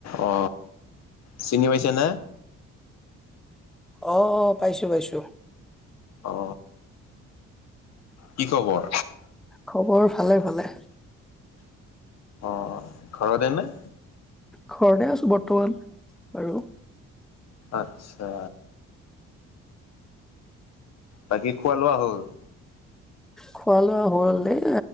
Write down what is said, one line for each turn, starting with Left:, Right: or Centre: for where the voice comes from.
Left: অ চিনি পাইছে না?
Centre: অ অ পাইছোঁ পাইছোঁ।
Left: অ কি খবৰ?
Centre: খবৰ ভালে ভালে।
Left: অ ঘৰতে নে?
Centre: ঘৰতে আছো বৰ্তমান বাৰু।
Left: আচ্ছা। বাকী খোৱা লোৱা হ'ল?
Centre: খোৱা লোৱা হল দেই,